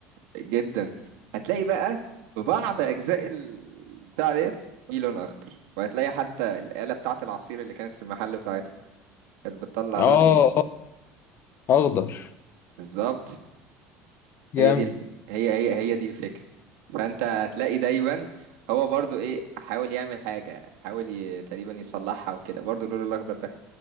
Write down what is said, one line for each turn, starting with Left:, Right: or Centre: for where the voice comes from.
Right: جدا هتلاقي بقى بعض اجزاء ال- بتاع ديت في لون اخضر وهتلاقي حتى الآلة بتاعة العصير اللي كانت في المحل بتاعتها كانت بتطلع
Left: آه
Right: لون ايه
Left: آه، أخضر
Right: بالظبط
Left: جامد
Right: هي دي ال... هي هي هي دي الفكرة فانت هتلاقي دايما هو برضو ايه حاول يعمل حاجة حاول ي... تقريبا يصلحها وكده برضو اللون الاخضر ده